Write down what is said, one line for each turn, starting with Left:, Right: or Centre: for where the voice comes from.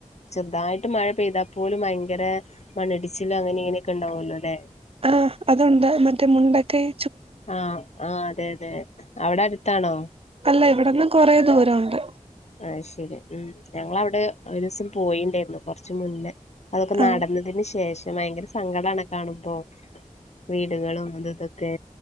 Left: ചെറുതായിട്ട് മഴ പെയ്താൽപോലും ഭയങ്കര മണ്ണിടിച്ചില അങ്ങനെ ഇങ്ങനെയൊക്കെ ഉണ്ടാവല്ലോ ലേ?
Right: ആഹ് അതുണ്ട് മറ്റേ മുണ്ടക്കയ്
Left: ആഹ് ആഹ് അതെ അതെ അവിടെ അടുത്താണോ?
Right: അല്ല ഇവിടന്ന് കൊറേ ദൂരണ്ട്
Left: ആഹ്ശരി ഉം ഞങ്ങളവിടെ ഒരു ദിവസം പോയിണ്ടായിരുന്നു കുറച്ച്മുന്നേ അതൊക്കെ
Right: ആ
Left: നടന്നതിന് ശേഷം ഭയങ്കര സങ്കടാണ് കാണുമ്പോ വീടുകളും അത് ഇതൊക്കെ